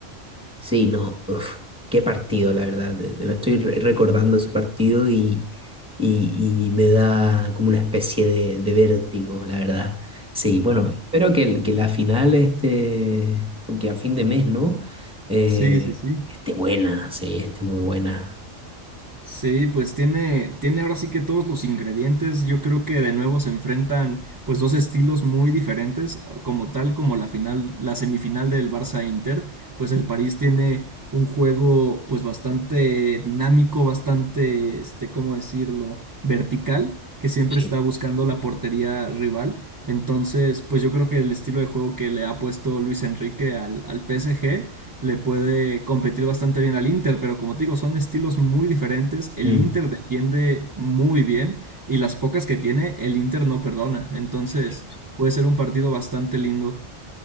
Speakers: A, in the centre; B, on the right.
A: Sí, no, uf, qué partido, la verdad. de- de- Estoy re- recordando ese partido y, y, y me da como una especie de, de vértigo, la verdad. Sí, bueno, espero que, el- que la final, este, que a fin de mes, ¿no? Eh,
B: Sí, sí, sí.
A: esté buena, sí, esté muy buena.
B: Sí, pues tiene, tiene ahora sí que todos los ingredientes. Yo creo que de nuevo se enfrentan pues dos estilos muy diferentes, como tal como la final, la semifinal del Barça Inter, pues el París tiene un juego pues bastante dinámico, bastante este, ¿cómo decirlo? vertical, que siempre
A: Sí,
B: está buscando la portería rival. Entonces, pues yo creo que el estilo de juego que le ha puesto Luis Enrique al, al PSG le puede competir bastante bien al Inter, pero como te digo, son estilos muy diferentes. El
A: Mm,
B: Inter
A: es
B: defiende muy bien y las pocas que tiene, el Inter no perdona. Entonces,
A: cierto.
B: puede ser un partido bastante lindo.